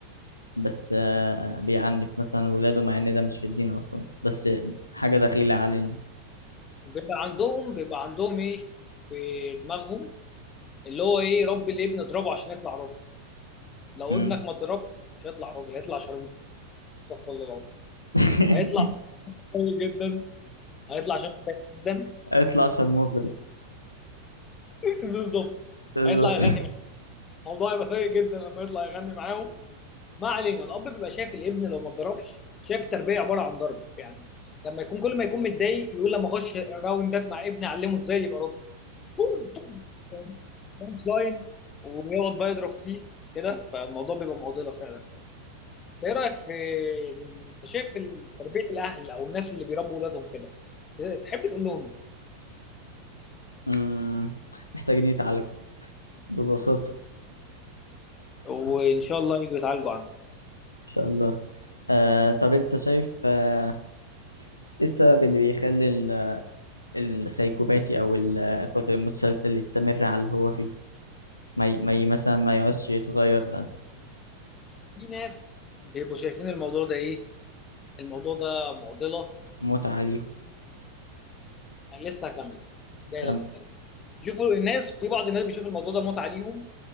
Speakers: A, on the left; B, on the left.
A: بس آه، بيعنف مثلا ولاده مع إن ده مش في الدين أصلا بس حاجة دخيلة علينا
B: بيبقى عندهم بيبقى عندهم ايه في دماغهم اللي هو ايه ربي الابن اضربه عشان يطلع راجل لو
A: مم.
B: ابنك ما اتضربش مش هيطلع راجل هيطلع شرموف استغفر الله العظيم
A: <laughs>
B: هيطلع سيء جدا هيطلع شخص سيء جدا
A: اطلع شرموفرز
B: <laughs> بالظبط
A: بالظبط
B: هيطلع يغني معاهم الموضوع هيبقى سيء جدا لما يطلع يغني معاهم ما علينا الاب بيبقى شايف الابن لو ما اتضربش شايف التربيه عباره عن ضرب يعني لما يكون كل ما يكون متضايق يقول لما اخش راوندات مع ابني اعلمه ازاي يبقى راجل بوم، بوم، بانش لاين ويقعد بقى يضرب فيه كده فالموضوع بيبقى معضله فعلا انت ايه رايك في انت شايف تربيه الاهل او الناس اللي بيربوا اولادهم كده تحب تقول لهم
A: مم. محتاجين يتعالجوا ببساطة
B: ايه؟ وان
A: إن
B: شاء الله يجوا يتعالجوا عندك
A: شاء الله آه طب أنت شايف آه، إيه السبب اللي بيخلي السايكوباتي او القاتل المتسلسل يستمر على اللي هو فيه ما ي... ما ي... مثلا ما يقعدش يتغير مثلا
B: في ناس بيبقوا شايفين الموضوع ده ايه الموضوع ده معضله
A: متعة ليهم
B: لسه هكمل جاي
A: كم
B: لك في الكلام شوفوا الناس في بعض الناس بيشوف الموضوع ده متعه ليهم